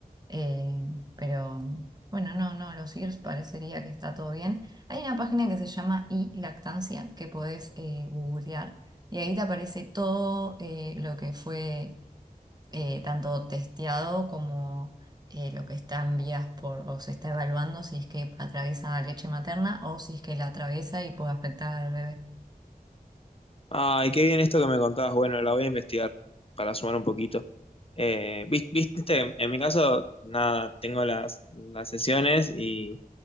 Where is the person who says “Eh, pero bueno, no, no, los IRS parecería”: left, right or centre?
Right